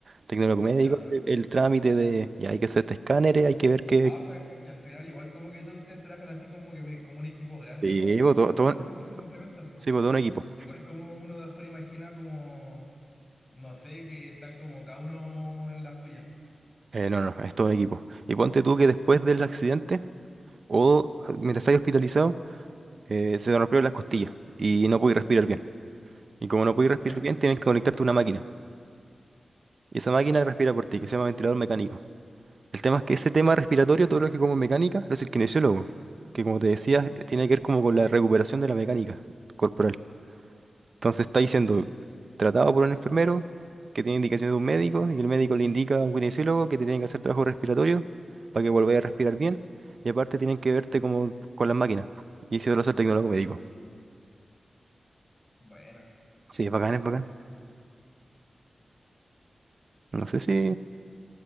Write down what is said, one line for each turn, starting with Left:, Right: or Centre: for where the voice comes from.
Right: Tecnólogo médico,
Left: ya.
Right: hace el trámite de ya hay que hacer este escáner, hay que ver qué.
Left: Ah, o sea, que al final igual como que todos ustedes trabajan así como que como un equipo grande
Right: Sí,
Left: como
Right: po, todo,
Left: para
Right: todo-
Left: toda la cuestión que se complementan, pues.
Right: sí, po, todo un equipo.
Left: Igual como uno de afuera imagina como, no sé, que están como cada uno en la suya.
Right: Eh, no, no, es todo un equipo. Y ponte tú que después del accidente o mientras estás hospitalizado, eh, se te rompieron las costillas y no puedes respirar bien. Y como no puedes respirar
Left: ¿Ya?
Right: bien, tienes que conectarte a una máquina. Y esa
Left: Ya.
Right: máquina respira por ti, que se llama ventilador mecánico. El tema es que ese tema respiratorio, todo lo que como mecánica, lo es el kinesiólogo, que como te decía,
Left: Ujú.
Right: eh, tiene que ver como con la recuperación de la mecánica corporal. Entonces está siendo tratado por un enfermero que tiene indicaciones de un médico y el médico le indica a un kinesiólogo que te tiene que hacer trabajo respiratorio para que vuelvas a respirar bien. Y aparte tienen que verte como con las máquinas. Y eso lo hace el tecnólogo médico.
Left: Buena.
Right: Sí, es bacán, es bacán. No sé si